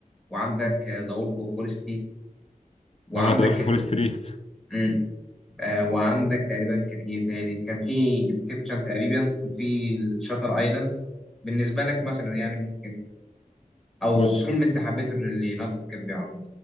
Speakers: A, in the centre; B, on the left (about 45°).
A: وعندك ذا وولف اوف وول ستريت وعندك
B: اه سؤال في فول
A: ال...
B: ستريت
A: مم، آه، وعندك تقريبا كان ايه تاني كان في انسبشن تقريبا وفي الشاتر ايلاند بالنسبه لك مثلا يعني ممكن او
B: بص
A: فيلم انت حبيته ليوناردو دي كابريو عامه